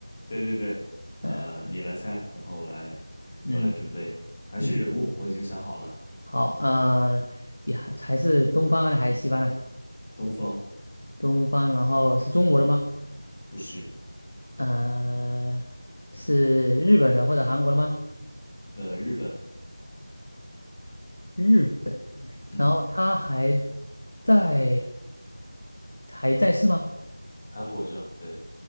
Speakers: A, on the left; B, on the left.
A: 对对对，呃，
B: 嗯
A: 你来猜，然后我来，
B: 嗯
A: 我来准备，还是人物，
B: 嗯，
A: 我已经想好了，
B: 好，啊呀，还是东方的还是西方的？
A: 东方，
B: 东方，然后是中国的吗？
A: 不是，
B: 呃，是日本的或者韩国的吗？
A: 呃，日本，
B: 日
A: 嗯，
B: 然后他还在，还在世吗？
A: 还活着，对